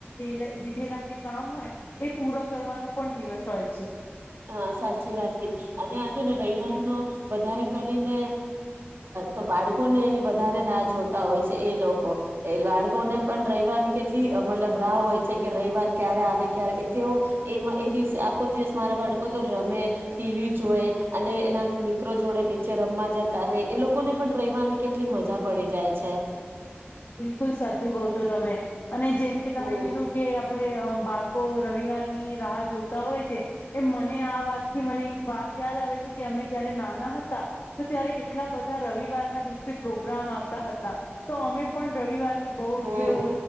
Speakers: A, on the left; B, on the right.
A: દે દીધેલા જે કામ હોય, એ પૂરા કરવાનો પણ દિવસ હોય છે.
B: હા સાચી વાત કરી અને આજ ને રવવારનો વધારે કરીને તો બાળકોને એની વધારે રાહ જોતા હોય છે એ લોકો એ બાળકોને પણ રવિવારની કેટલી મતલબ રાહ હોય છે, કે રવિવાર ક્યારે આવે ક્યારે, તેઓ એ એ દિવસે આખો દિવસ મારા બાળકો. લોકો તો રમે ટીવી જોય, અને એના મિત્રો જોડે, નીચે રમવા જતા રે એ લોકોને પણ રેવાની કેટલી મજા પડી જાય છે.
A: બિલકુલ સાચું કહ છો, તમે. અને જેમ કે, તમે
B: હમ
A: કીધું કે આપણે. બાળકો રવિવારની રાહ જોતા હોય છે એ મને આ વાતથી મને એક વાત યાદ આવે છે, કે અમે જયારે નાના હતા તો ત્યારે કેટલા બધા રવિવારના દિવસે, પ્રોગ્રામ આવતા હતા તો. પણ રવિવાર, ની બહ
B: હમ
A: જ.